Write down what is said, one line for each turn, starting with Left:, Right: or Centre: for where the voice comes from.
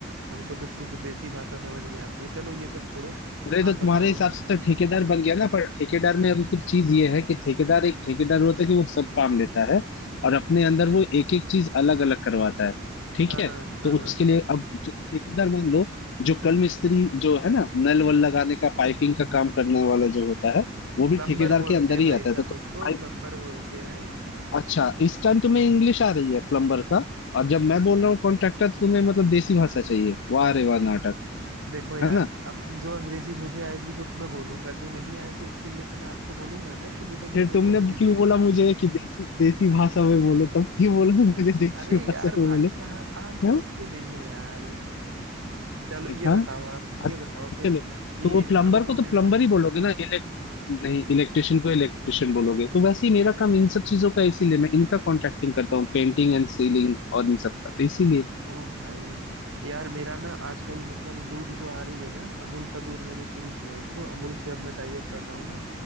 Right: हमको तो शुद्ध देसी भाषा समझ में आती है चलो ये सब छोड़ो
Left: बोले तो
Right: आप
Left: तुम्हारे
Right: बताओ
Left: हिसाब से तो ठेकेदार बन गया ना पर ठेकेदार में अभी फिर चीज ये है कि ठेकेदार एक ठेकेदार होता है कि वो सब काम लेता है और अपने अंदर वो एक एक चीज अलग अलग करवाता है ठीक
Right: हाँ
Left: है
Right: हाँ हाँ
Left: तो
Right: हाँ
Left: उसके लिए अब जो ठेकेदार मान लो जो कल मिस्त्री जो है ना नल वल लगाने का पाइपिंग का काम करने वाला जो होता है वो भी
Right: प्लम्बर
Left: ठेकेदार
Right: बोलते
Left: के अंदर
Right: हैं
Left: ही
Right: भाई
Left: आता
Right: साहब
Left: है तो तुम
Right: उसको
Left: पाइप
Right: प्लम्बर बोलते हैं
Left: अच्छा इस टाइम तुम्हें इंग्लिश आ रही है प्लम्बर का और जब मैं बोल रहा हूँ कॉन्ट्रैक्टर तुम्हें मतलब देसी भाषा चाहिए वाह रे वाह नाटक
Right: देखो यार
Left: है ना
Right: अब जो अंग्रेजी मुझे आएगी वो तुम्हें बोलूंगा जो नहीं आएगी उसके लिए तो मैं आपको बोलूंगा ना कि मुझे
Left: फिर
Right: मत बोलो
Left: तुमने
Right: अंग्रेजी
Left: क्यों बोला मुझे कि देसी देसी भाषा में बोलो तब क्यों बोला <laughs> तुम मुझे देसी
Right: अरे
Left: भाषा
Right: यार
Left: में
Right: भाई
Left: बोलो
Right: साहब आप समझते
Left: हाँ
Right: नहीं हो यार चलो ये बताओ
Left: हाँ?
Right: आप ये
Left: अच्छा,
Right: बताओ फिर
Left: चलो
Right: कि
Left: तो वो प्लम्बर
Right: अ, रुको
Left: को तो
Right: मेरा
Left: प्लम्बर ही बोलोगे ना इलेक्ट नहीं इलेक्ट्रिशियन को इलेक्ट्रिशियन बोलोगे तो वैसे ही मेरा काम इन सब चीजों का इसीलिए मैं इनका कॉन्ट्रैक्टिंग करता हूँ पेंटिंग एंड सीलिंग और इन सब का तो इसीलिए
Right: ओ भाई यार मेरा ना आजकल मतलब दूध जो आ रही है ना अमूल का दूध मैंने शुरू किया है तो अमूल से अब मैं टाई अप कर रहा हूँ ना